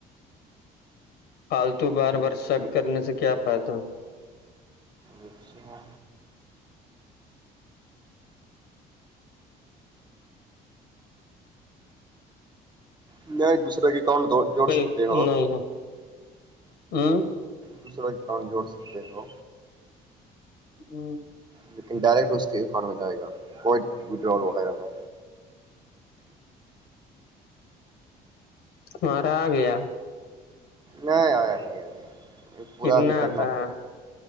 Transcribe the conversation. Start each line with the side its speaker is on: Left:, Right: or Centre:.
Left: پالتو بار بار سب کرنے سے کیا فائدہ
Right: وچنا نہیں دوسرا کے اکاؤنٹ جوڑ
Left: کوئی
Right: سکتے ہو
Left: نہیں ہے ہوں
Right: دوسرا ا کاؤنٹ جوڑ سکتے ہو
Left: ہ
Right: لیکن ڈائریکٹ اس کے کان میں جائے گا کو وڈر وغیرہ میں
Left: مارا آ گیا
Right: نہیں آیا نہیں ابھی پورا
Left: کتنا
Right: بھی کرنا
Left: آتا ہے